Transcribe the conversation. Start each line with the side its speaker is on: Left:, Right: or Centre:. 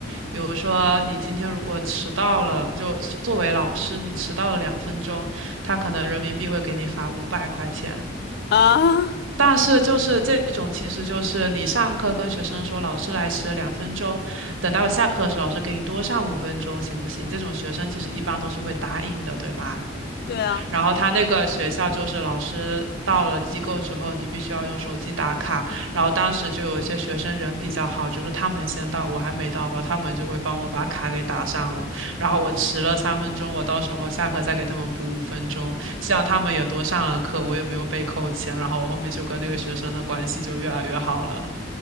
Right: 比如说，你今天如果迟到了，就作为老师，你迟到了两分钟，他可能人民币会给你罚五百块钱。
Left: 啊。
Right: 但是就是这种，其实就是你上课跟学生说老师来迟了两分钟，等到下课的时候老师给你多上五分钟，行不行？这种学生其实一般都是会答应的，对吧？
Left: 对啊。
Right: 然后他那个学校就是老师到了机构之后，你必须要用手机打卡。然后当时就有一些学生人比较好，就是他们先到，我还没到的话，他们就会帮我把卡给打上了。然后我迟了三分钟，我到时候下课再给他们补五分钟，这样他们也多上了课，我也没有被扣钱。然后我后面就跟那个学生的关系就越来越好了。